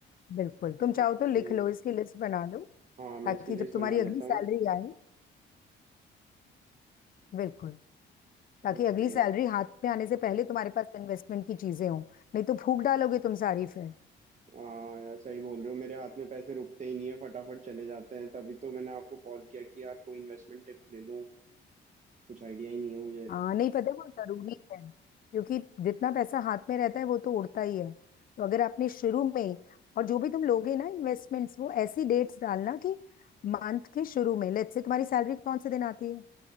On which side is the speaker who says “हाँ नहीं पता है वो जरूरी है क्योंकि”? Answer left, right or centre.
Left